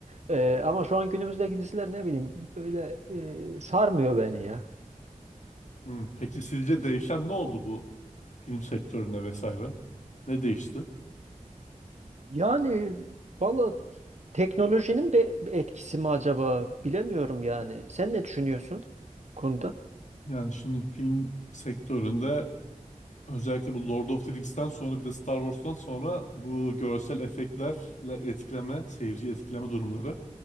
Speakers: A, on the right; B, on the left.
A: Eee, ama şu an günümüzdeki diziler ne bileyim böyle eee, sarmıyor beni ya.
B: Hı. Peki sizce değişen ne oldu bu film sektöründe vesaire? Ne değişti?
A: Yani valla teknolojinin bir bir etkisi mi acaba bilemiyorum yani. Sen ne düşünüyorsun bu konuda?
B: Yani şimdi film sektöründe Özellikle bu Lord of the Rings'ten sonra bir de Star Wars'tan sonra bu görsel efektlerle etkileme, seyirci etkileme durumları